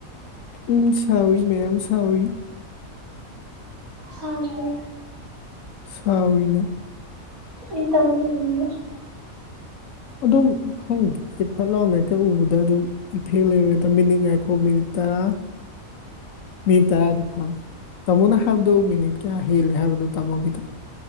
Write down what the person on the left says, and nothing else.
ꯎꯝ ꯁꯥꯎꯏ ꯃꯌꯥꯝ ꯁꯥꯎꯏ
ꯁꯥꯎꯋꯤꯅꯦ
ꯑꯗꯨꯝ ꯈꯪꯗꯦ ꯐꯠ ꯂꯥꯎ ꯍꯦꯀꯇ ꯎꯕꯗ ꯑꯗꯨꯝ ꯏꯐꯦꯛ ꯂꯩꯕꯩ ꯃꯤꯅꯤꯠ ꯉꯥꯏꯈꯣ ꯃꯤꯅꯤꯠ ꯇꯔꯥ ꯃꯤꯅꯤꯠ ꯇꯔꯥꯗꯤ ꯐꯥꯔꯦ ꯇꯥꯃꯣꯅ ꯍꯥꯏꯕꯗꯣ ꯃꯤꯅꯤꯠ ꯀꯌꯥ ꯍꯦꯜꯂꯦ ꯍꯥꯏꯕꯅꯣ ꯇꯥꯃꯣꯒꯤꯗꯣ